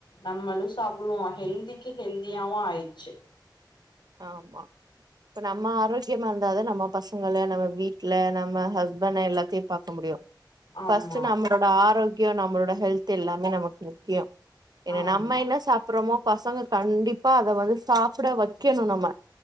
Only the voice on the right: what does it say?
ஆமா இப்ப நம்ம ஆரோக்கியமா இருந்தாத நம்ம பசங்க நம்ம வீட்டுல நம்ம ஹஸ்பண்ட எல்லாத்தையு பாக்க முடியு
ஃபர்ஸ்ட் நம்மளோட ஆரோக்கிய முக்கியோ நம்மளோட ஹெல்த் எல்லாமே நமக்கு முக்கியோ என்ன
நம்ம என்ன சாப்பிடுறோமோ பசங்க கண்டிப்பா அத வந்து சாப்பிட வந்து வைக்கணு நம்ம